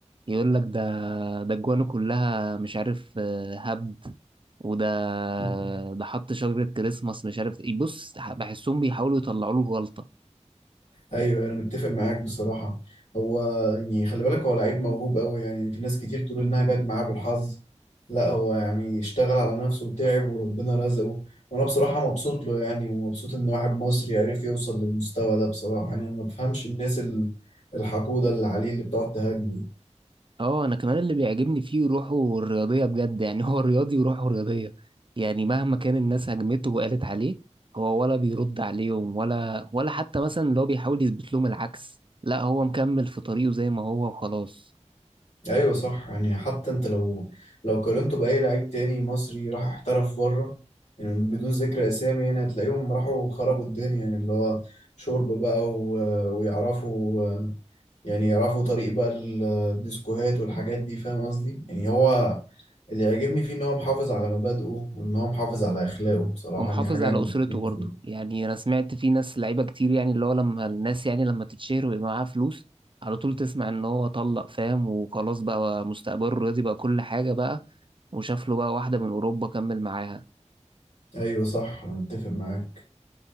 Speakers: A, on the right; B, on the left.
A: يقول لك ده ده الجوانه كلها مش عارف آه، هبد وده
B: <laughs>
A: ده حط شجرة كريسماس مش عارف ايه بص بحسهم بيحاولوا يطلعوا له غلطة
B: ايوه انا متفق معاك بصراحه هو يعني خلي بالك هو لعيب موهوب قوي يعني في ناس كتير تقول انها جت معاه بالحظ لا هو يعني اشتغل على نفسه وتعب وربنا رزقه وانا بصراحه مبسوط له يعني ومبسوط ان واحد مصري عرف يوصل للمستوى ده بصراحه يعني انا ما بفهمش الناس ال- الحقوده اللي عليه اللي بتقعد تهاجمه
A: اه انا كمان اللي بيعجبني فيه روحه الرياضية بجد يعني هو رياضي وروحه رياضية يعني مهما كان الناس هجمته وقالت عليه هو ولا بيرد عليهم ولا ولا حتى مثلا اللي هو بيحاول يثبت لهم العكس لا هو مكمل في طريقه زي ما هو وخلاص
B: ايوه صح يعني حتى انت لو لو قارنته باي لعيب تاني مصري راح احترف بره يعني بدون ذكر اسامي يعني هتلاقيهم راحوا خربوا الدنيا يعني اللي هو شرب بقى و... ويعرفوا يعني يعرفوا طريق بقى الديسكوهات والحاجات دي فاهم قصدي يعني هو اللي يعجبني فيه ان هو محافظ على مبادئه وان هو محافظ على اخلاقه بصراحة
A: ومحافظ
B: دي حاجة
A: على
B: أنا
A: أسرته
B: بحترمه
A: برضه
B: فيه.
A: يعني أنا سمعت في ناس لعيبة كتير يعني اللي هو لما الناس يعني لما تتشهر ويبقى معاها فلوس على طول تسمع إن هو طلق فاهم وخلاص بقى مستقبله الرياضي بقى كل حاجة بقى وشاف له بقى واحدة من أوروبا كمل معاها
B: ايوه صح انا متفق معاك